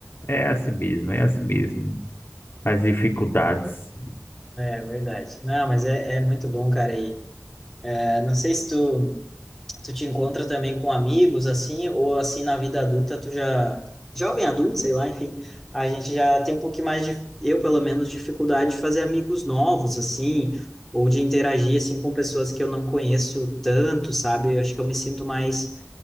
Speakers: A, on the left; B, in the centre.
A: É assim mesmo, é assim mesmo. As dificuldades.
B: É verdade. Não, mas é, é muito bom, cara. E, é, não sei se tu Tu te encontra também com amigos, assim, ou assim na vida adulta, tu já. Jovem adulto, sei lá, enfim. A gente já tem um pouquinho mais de. Eu, pelo menos, dificuldade de fazer amigos novos, assim, ou de interagir, assim, com pessoas que eu não conheço tanto, sabe? Eu acho que eu me sinto mais,